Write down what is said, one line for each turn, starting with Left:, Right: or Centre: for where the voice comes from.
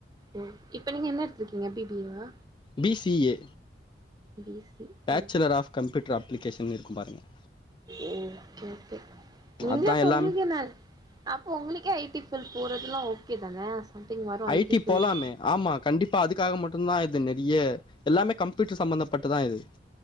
Right: ஓ இப்ப நீங்க என்ன எடுத்து இருக்கீங்க பி பி ஏ வா
Left: B C A
Right: B C
Left: bachelor
Right: A
Left: of computer அப்ளிகேஷன்னு இருக்கு பாருங்கள்
Right: ஓகே ஒகே நீங்களே
Left: அதா
Right: போ
Left: எல்லாமே
Right: உனக்கி என்னா அப்போ உங்களிக்கே ஐ டி ஃபில்ட் போறதுதெல்லா ஓகே தானே சம்திங் வரு
Left: ஐ டி
Right: ஃபீல்ட்
Left: போலாமே ஆமா கண்டிப்பா அதுக்காக மட்டுதா இது நெற்யே எல்லாமே கம்ப்யூட்டர் சம்பமந்த பட்டுதா இது